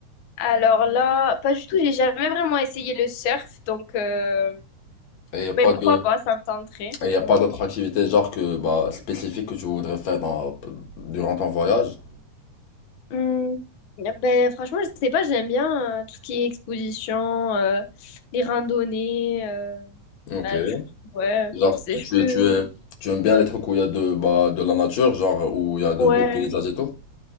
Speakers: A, on the left; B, on the left.
A: Alors là, pas du tout, j'ai jamais vraiment essayé le surf, donc euh,
B: Et il y a
A: ben
B: pas
A: pourquoi
B: de
A: pas, ça me tenterait.
B: et y a
A: Ouais.
B: pas d'autre activité genre que bah spécifique que tu voudrais faire dans durant ton voyage?
A: Hmm, ben franchement, je sais pas, j'aime bien euh, tout ce qui est exposition, euh, les randonnées, euh,
B: Ok.
A: bah du coup, ouais,
B: Genre
A: tu sais,
B: tu,
A: je
B: tu
A: peux.
B: es tu es tu aimes bien les trucs où il y a de bah de la nature, genre où il y a de
A: Ouais.
B: beaux paysages et tout?